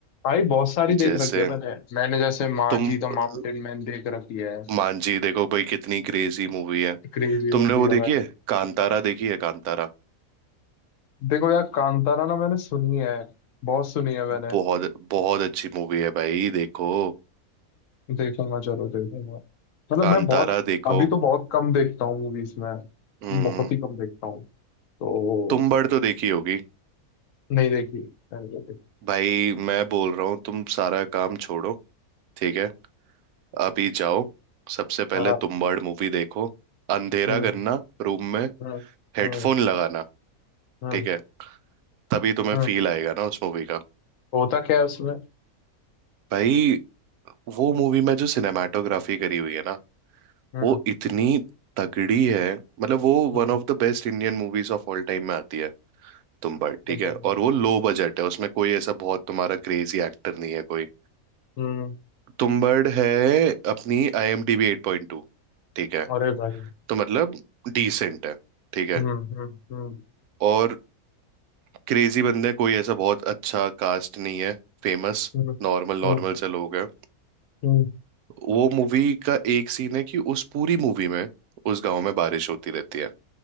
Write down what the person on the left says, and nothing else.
भाई बहुत सारी
देख रखी है मैंने मैंने जैसे मांझी
द
माउंटेन मैन देख रखी है
क्रेजी
मूवी
है भाई
देखो यार कांतारा ना मैंने सुनी है बहुत सुनी है मैंने
देखूंगा चलो देखूंगा मतलब
मैं बहुत
अभी तो बहुत कम देखता हूँ मूवीज में
बहुत ही कम देखता हूँ तो
नहीं देखी मैंने देखी
हाँ
हम्म
हम्म
हम्म
हम्म
हम्म।
होता क्या है उसमें
हम्म
हम्म
हम्म
हम्म।
अरे भाई
हम्म हम्म
हम्म
हम्म
हम्म हम्म